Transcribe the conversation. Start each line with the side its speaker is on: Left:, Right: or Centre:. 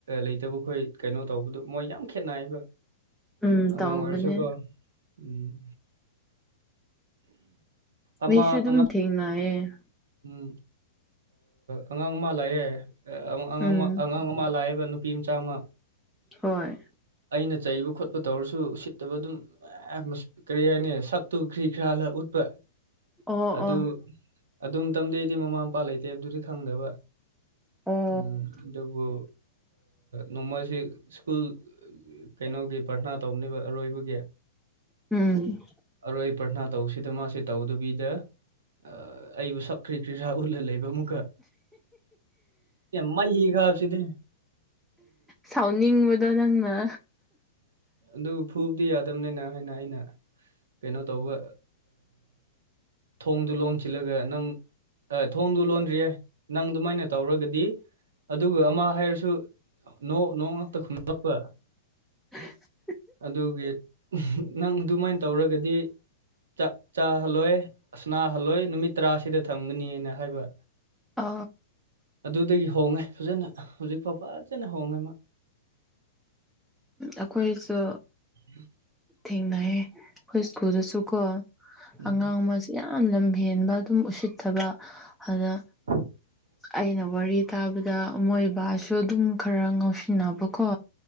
Right: ꯂꯩꯇꯕꯈꯣꯏ ꯀꯩꯅꯣ ꯇꯧꯕꯗꯨ ꯃꯣꯏ ꯌꯥꯝ ꯈꯦꯠꯅꯩꯕ꯫
Centre: ꯎꯝ
Right: ꯑꯉꯥꯡ
Centre: ꯇꯧꯕꯅꯦ
Right: ꯑꯣꯏꯁꯨꯀꯣ ꯎꯝ ꯑꯃꯃ
Centre: ꯑꯩꯁꯨ ꯑꯗꯨꯝ ꯊꯦꯡꯅꯌꯦ꯫
Right: ꯎꯝ ꯑꯉꯥꯡ ꯑꯃ ꯂꯥꯛꯑꯦ ꯑꯉꯥꯡ
Centre: ꯎꯝ
Right: ꯑꯉꯥꯡ ꯑꯃ ꯂꯥꯛꯑꯦꯕ ꯅꯨ ꯅꯨꯄꯤ ꯃꯆꯥꯝꯃ
Centre: ꯍꯣꯏ
Right: ꯑꯩꯅ ꯆꯩꯕ ꯈꯣꯠꯄ ꯇꯧꯔꯁꯨ ꯎꯁꯤꯠꯇꯕ ꯑꯗꯨꯝ- ꯑꯦ ꯀꯔꯤ ꯍꯥꯏꯅꯤ ꯁꯛꯇꯨ ꯈ꯭ꯔꯤ ꯈꯔꯥꯜꯂ ꯎꯠꯄ
Centre: ꯑꯣ
Right: ꯑꯗꯨ
Centre: ꯑꯣ
Right: ꯑꯗꯨ ꯃꯇꯝꯗꯩꯗꯤ ꯃꯃꯥ ꯃꯄꯥ ꯂꯩꯇꯦꯕꯗꯨꯗꯤ ꯈꯪꯗꯕ
Centre: ꯑꯣ
Right: ꯎꯝ ꯑꯗꯨꯕꯨ ꯅꯣꯡꯃꯁꯤ ꯁ꯭ꯀꯨꯜ ꯀꯩꯅꯣꯒꯤ ꯄ꯭ꯔꯔꯊꯅꯥ ꯇꯧꯅꯦꯕ ꯑꯔꯣꯏꯕꯒꯤ
Centre: ꯎꯝ꯫
Right: ꯑꯔꯣꯏ ꯑꯩ ꯄ꯭ꯔꯔꯊꯅꯥ ꯇꯧꯁꯤꯗ ꯃꯥꯁꯤ ꯇꯧꯗꯕꯤꯗ ꯑ ꯑꯩꯕꯨ ꯁꯛꯀ꯭ꯔꯤ ꯀ꯭ꯔꯤꯖꯥ ꯎꯠꯂ ꯂꯩꯕ ꯑꯃꯨꯛꯀ ꯌꯥꯝ ꯃꯍ ꯍꯤꯒꯞꯕꯁꯤꯗꯤ
Centre: ꯁꯥꯎꯅꯤꯡꯕꯗꯣ ꯅꯪꯅ꯫
Right: ꯑꯗꯨ ꯐꯨꯕꯗꯤ ꯌꯥꯗꯕꯅꯤꯅ ꯍꯥꯏꯅ ꯑꯩꯅ ꯀꯩꯅꯣ ꯇꯧꯕ ꯊꯣꯡꯗꯨ ꯂꯣꯟꯁꯤꯜꯂꯒ ꯅꯪ ꯊꯣꯡꯗꯨ ꯂꯣꯟꯗ꯭ꯔꯤꯌꯦ ꯅꯪ ꯑꯗꯨꯃꯥꯏꯅ ꯇꯧꯔꯒꯗꯤ ꯑꯗꯨꯒ ꯑꯃ ꯍꯥꯏꯔꯁꯨ ꯅꯣ ꯅꯣ ꯉꯛꯇ ꯈꯨꯝꯂꯛꯄ
Centre: ꯍꯍ
Right: ꯑꯗꯨꯒꯤ ꯅꯪ ꯑꯗꯨꯃꯥꯏꯅ ꯇꯧꯔꯒꯗꯤ ꯆꯥꯛ ꯆꯥꯍꯜꯂꯣꯏ ꯑꯁꯅꯥꯍꯜꯂꯣꯏ ꯅꯨꯃꯤꯠ ꯇꯔꯥꯁꯤꯗ ꯊꯝꯒꯅꯤꯅ ꯍꯥꯏꯕ
Centre: ꯑ
Right: ꯑꯗꯨꯗꯒꯤ ꯍꯣꯡꯉꯦ ꯐꯖꯅ ꯍꯧꯖꯤꯛꯐꯥꯎ ꯐꯖꯅ ꯍꯣꯡꯉꯦ꯫
Centre: ꯑꯩꯈꯣꯏꯁꯨ
Right: ꯎꯝ
Centre: ꯊꯦꯡꯅꯩꯌꯦ꯫ ꯑꯩꯈꯣꯏ ꯁ꯭ꯀꯨꯜꯗꯁꯨ ꯀꯣ
Right: ꯎꯝ
Centre: ꯑꯉꯥꯡ ꯑꯃ ꯌꯥꯝ ꯂꯝ ꯍꯦꯟꯕ ꯑꯗꯨꯝ ꯎꯁꯤꯠꯇꯕ ꯑꯗꯨꯗ
Right: <unintelligible>
Centre: ꯑꯩꯅ ꯋꯥꯔꯤ ꯇꯥꯕꯗ ꯃꯣꯏꯕꯥꯁꯨ ꯑꯗꯨꯝ ꯈꯔ ꯉꯥꯎꯁꯤꯟꯅꯕꯀꯣ